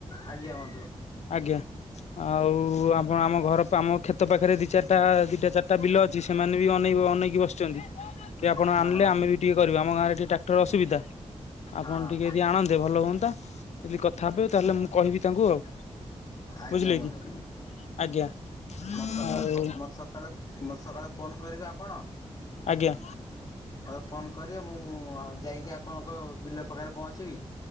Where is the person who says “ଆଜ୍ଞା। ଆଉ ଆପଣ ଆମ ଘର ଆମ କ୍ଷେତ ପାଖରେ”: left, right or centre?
Left